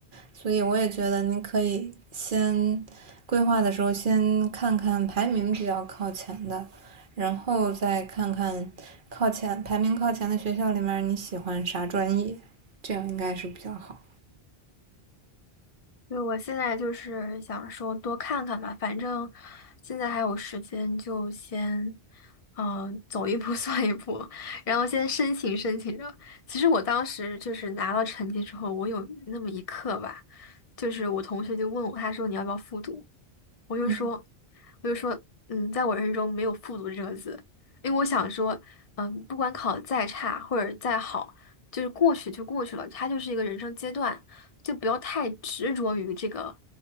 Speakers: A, on the right (about 55°); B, on the left (about 40°).
A: 所以我也觉得你可以先规划的时候先看看排名比较靠前的，然后再看看靠前排名靠前的学校里面你喜欢啥专业，这样应该是比较好。
B: 对，我现在就是想说多看看吧，反正现在还有时间，就先嗯、呃走一步 <laughs> 算一步，然后先申请申请着。其实我当时就是拿到成绩之后，我有那么一刻吧，就是我同学就问我，他说你要不要复读？我就说，
A: 嗯，
B: 我就说，嗯，在我人生中没有复读这个字，因为我想说，嗯，不管考得再差或者再好，就是过去就过去了，它就是一个人生阶段，就不要太执着于这个，